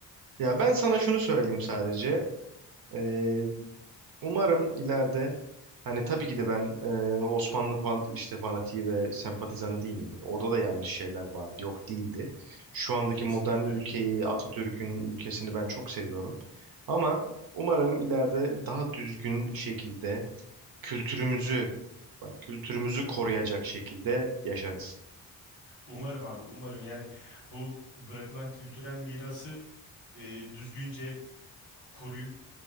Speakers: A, on the right; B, on the left.
A: Ya ben sana şunu söyleyeyim sadece. Ee, Umarım ileride hani tabii ki de ben e, Osmanlı fan, işte fanatiği ve sempatizanı değilim. Orada da yanlış şeyler vardı, yok değildi. Şu andaki
B: Kesinlikle.
A: modern ülkeyi, Atatürk'ün ülkesini ben çok seviyorum. Ama umarım ileride daha düzgün şekilde kültürümüzü, bak kültürümüzü koruyacak şekilde yaşarız.
B: Umarım abi, umarım yani bu bırakılan kültürel mirası e, düzgünce koruyup